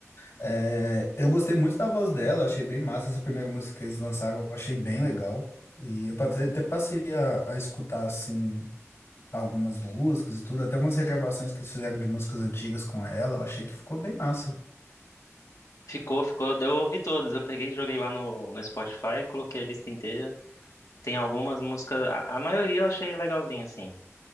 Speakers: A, on the left (about 65°); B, on the left (about 80°).
A: é, eu gostei muito da voz dela, eu achei bem massa essa primeira música que eles lançaram, eu achei bem legal. E eu passei- até passei a, a escutar, assim, algumas músicas e tudo, até umas regravações que eles fizeram de músicas antigas com ela, eu achei que ficou bem massa.
B: Ficou, ficou. Eu ouvi todas, eu peguei, e joguei lá no, no Spotify, coloquei a lista inteira. Tem algumas músicas, a, a maioria eu achei legalzinha, assim.